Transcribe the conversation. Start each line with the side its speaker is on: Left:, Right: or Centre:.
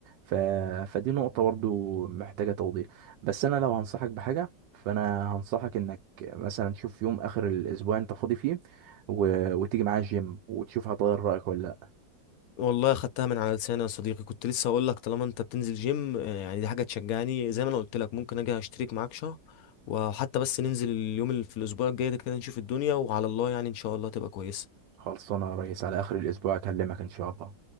Right: ف... فدي نقطة برضو محتاجة توضيح بس انا لو هنصحك بحاجه فانا هنصحك انك مثلا تشوف يوم اخر الاسبوع انت فاضي فيه و... وتيجي معايا الجيم وتشوف هتغير رايك ولا لا
Left: والله خدتها من على لساني يا صديقي كنت لسه هقول لك طالما انت بتنزل جيم آه، يعني دي حاجه تشجعني زي ما انا قلت لك ممكن اجي اشترك معاك شهر وحتى بس ننزل اليوم اللي في الاسبوع الجاي ده كده نشوف الدنيا وعلى الله يعني ان شاء الله تبقى كويسه
Right: خلصانه يا ريس على اخر الاسبوع اكلمك ان شاء الله